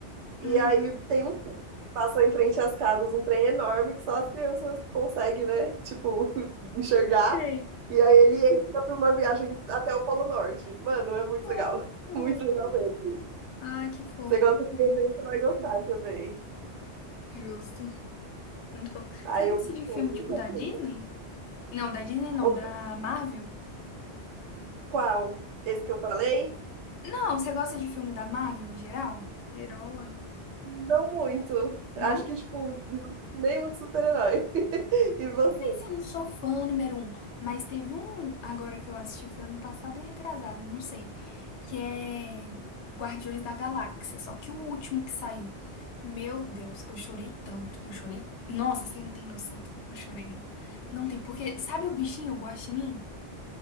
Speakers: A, on the right; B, on the left.
A: E
B: Uhum.
A: aí tem um trem que passa em frente às casas, um trem enorme que só as crianças conseguem, né? Tipo, <laughs> enxergar.
B: Sei.
A: E aí ele entra pra uma viagem até o Polo Norte. Mano, é muito
B: Fofo.
A: legal. <laughs> Muito legal mesmo.
B: Ai, que fofo.
A: Você gosta de
B: É,
A: desenho, você vai gostar também.
B: justo. Muito fofo.
A: Aí
B: Você gosta
A: eu amo
B: de filme
A: todos.
B: tipo
A: absolutamente.
B: da Disney? Não, da Disney não,
A: O-
B: da Marvel?
A: Qual? Esse que eu falei?
B: Não, você gosta de filme da Marvel em geral? De herói?
A: Não muito.
B: Não?
A: Acho que, tipo, nenhum de super-herói. <laughs> E você?
B: Assim, não sou fã número um, mas teve um agora que eu assisti, foi ano passado ou retrasado, não sei, que é Guardiões da Galáxia, só que o último que saiu. Meu Deus, eu chorei tanto, eu chorei. Nossa, você não tem noção, do tanto que eu chorei, não. Não tem, porque sabe o bichinho, o guaxinim?